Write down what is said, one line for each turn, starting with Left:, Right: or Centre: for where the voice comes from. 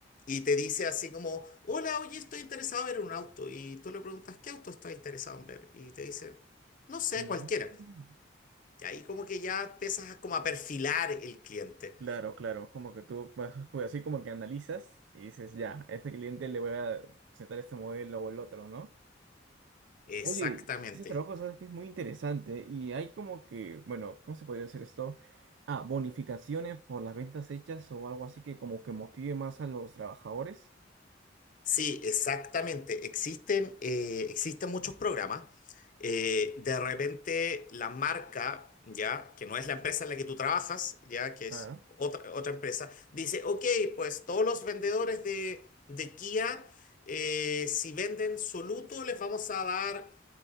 Left: y te dice así como, hola, oye, estoy interesado en ver un auto. Y tú le preguntas, ¿qué auto estás interesado en ver? Y te dice, no sé,
Right: mm.
Left: cualquiera. Y ahí como que ya empiezas a como a perfilar el cliente.
Right: Claro, claro, como que tú vas así como que analizas y dices, ya, a este cliente le voy a presentar este modelo o el otro, ¿no?
Left: Exactamente.
Right: Oye, ese trabajo, sabes que es muy interesante y hay como que, bueno, ¿cómo se podría decir esto? Ah, bonificaciones por las ventas hechas o algo así que como que motive más a los trabajadores.
Left: Sí, exactamente. Existen, eh, existen muchos programas. Eh, de repente la marca, ya, que no es la empresa en la que tú trabajas, ya, que
Right: Claro.
Left: es otra, otra empresa, dice, ok, pues todos los vendedores de, de Kia, eh, si venden Soluto, les vamos a dar,